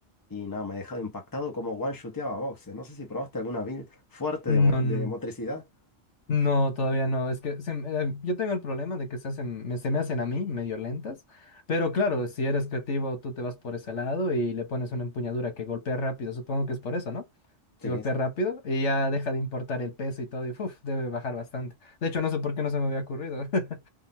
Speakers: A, on the left (about 20°); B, on the left (about 80°).
A: y nada, me ha dejado impactado como one-shoteaba boxes. No sé si probaste alguna build fuerte
B: No,
A: de, mo- de
B: no,
A: motricidad.
B: no, todavía no. Es que se me- eh, yo tengo el problema de que se hacen, me- se me hacen a mí medio lentas. Pero claro, si eres creativo, tú te vas por ese lado y le pones una empuñadura que golpea rápido. Supongo que es por eso, ¿no?
A: Sí,
B: que golpea
A: sí.
B: rápido y ya deja de importar el peso y todo y uf, debe bajar bastante. De hecho, no sé por qué no se me había ocurrido. <laughs>